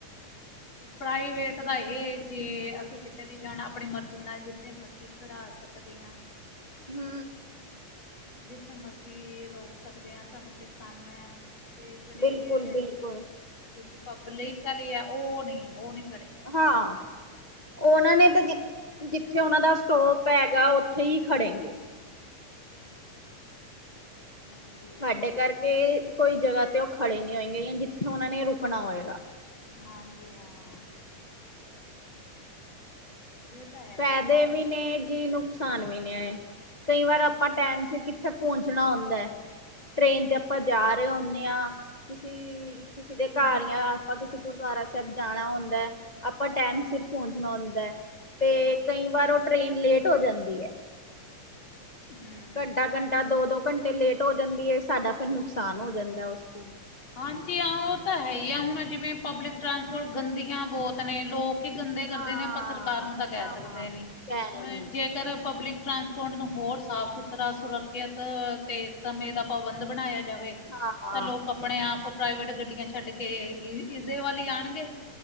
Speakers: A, on the left; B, on the left.
A: ਪ੍ਰਾਈਵੇਟ ਦਾ ਇਹ ਜੇ ਅਸੀਂ ਕਿਤੇ ਵੀ ਜਾਣਾ ਆਪਣੀ ਮਰਜ਼ੀ ਨਾਲ ਜਿੱਥੇ ਮਰਜ਼ੀ ਕੀ ਖੜਾ ਸਕਦੇ ਆ?
B: ਹੂੰ,
A: ਜਿੱਥੇ ਮਰਜ਼ੀ ਰੋਕ ਸਕਦੇ ਆ, ਸਾਨੂੰ ਕੋਈ ਕੰਮ ਐ। ਤੇ ਜਿਹੜੇ
B: ਬਿਲਕੁਲ ਬਿਲਕੁਲ
A: <unintelligible> ਪਬਲਿਕ ਆਲੇ ਐ ਉਹ ਨੀ ਉਹ ਨੀ।
B: ਹਾਂ। ਉਹਨਾਂ ਨੇ ਤੇ ਜ <inaudible> ਜਿੱਥੇ ਉਹਨਾਂ ਦਾ ਸਟੋਪ ਹੈਗਾ ਉੱਥੇ ਹੀ ਖੜੇਗੇ।
A: ਹਾਂਜੀ ਹਾਂਜੀ
B: ਸਾਡੇ ਕਰਕੇ ਕੋਈ ਜਗ੍ਹਾ ਤੇ ਉਹ ਖੜੇ ਨੀ ਹੋਏਗੇ ਜਿੱਥੇ ਉਹਨਾਂ ਨੇ ਰੁਕਣਾ ਹੋਏਗਾ।
A: ਹਾਂਜੀ ਹਾਂ। ਤਾਂ ਹੈ
B: ਫੈਦੇ
A: ਜੀ ਹੁਣ
B: ਵੀ ਨੇਂ ਜੀ, ਨੁਕਸਾਨ ਵੀ ਨੇ। ਕਈ ਵਾਰ ਆਪਾਂ ਟੈਮ ਚ ਕਿੱਥੇ ਪੋਂਚਣਾ ਹੁੰਦਾ ਐ। ਟ੍ਰੇਨ ਤੇ ਆਪਾਂ ਜਾ ਰੇ ਹੁੰਨੇ ਆਂ। ਕਿਸੀ ਕਿਸੀ ਦੇ ਘਰ
A: ਹਮ
B: ਜਾਂ ਆਪਾਂ ਕਿਸੇ ਗੁਰਦੁਆਰਾ ਸਾਹਿਬ ਜਾਣਾ ਹੁੰਦਾ ਐ, ਆਪਾਂ ਟੈਮ ਸਿਰ ਪੋਂਚਣਾ ਹੁੰਦਾ ਐ। ਤੇ
A: ਹਾਂ
B: ਕਈਂ ਵਾਰ ਓ ਟ੍ਰਰੇਨ ਲੇਟ ਹੋ ਜਾਂਦੀ ਐ।
A: ਹਂ।
B: ਘੰਟਾ-ਘੰਟਾ, ਦੋ-ਦੋ ਘੰਟੇ ਲੇਟ ਹੋ ਜਾਂਦੀ ਏ, ਸਾਡਾ ਫੇਰ ਨੁਕਸਾਨ ਹੋ ਜਾਂਦਾ ਓਸ ਚਿਨ
A: ਹਾਂਜੀ ਹਾਂ ਓ ਤਾਂ ਹੈ ਈ ਆ ਹੁਣ ਜਿਵੇਂ ਪਬਲਿਕ ਟਰਾਂਸਪੋਰਟ ਗੰਦੀਆਂ ਬਹੁਤ ਨੇ। ਲੋਕ ਕੀ ਗੰਦੇ ਕਰਦੇ
B: ਹਾਂ
A: ਨੇ ਆਪਾਂ ਸਰਕਾਰ ਨੂੰ ਤਾਂ ਕੈਅ
B: ਹਾਂ
A: ਸਕਦੇ ਨੀਂ।
B: ਕਹਿ
A: ਹੁਣ
B: ਨਹੀਂ ਸਕਦੇ।
A: ਜੇਕਰ ਪਬਲਿਕ ਟਰਾਂਸ ਪੁੰਡ ਨੂੰ ਹੋਰ ਸਾਫ-ਸੁਥਰਾ ਸੁਰੱਖਿਅਤ ਤੇ ਇਸ ਸਮੇਂ ਦਾ ਪਾਬੰਦ ਬਣਾਇਆ ਜਾਵੇ।
B: ਹਾਂ, ਹਾਂ।
A: ਤਾਂ ਲੋਕ ਆਪਣੇ ਆਪ ਪ੍ਰਾਈਵੇਟ ਗੱਡੀਆਂ ਛੱਡ ਕੇ ਈ ਇਦੇ ਵੱਲ ਈ ਆਣਗੇ।